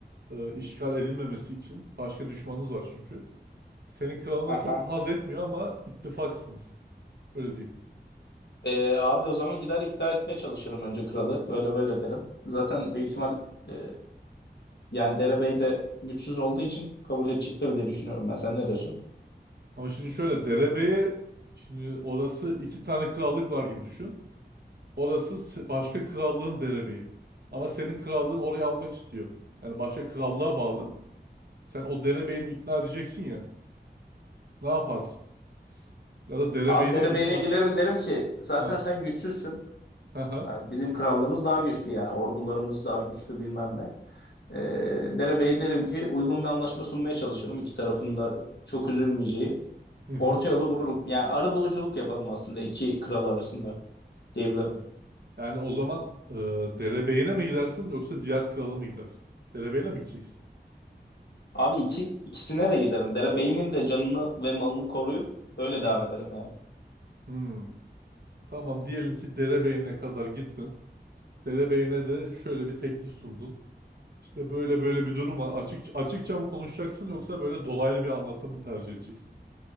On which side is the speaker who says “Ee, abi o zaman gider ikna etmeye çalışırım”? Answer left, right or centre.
Left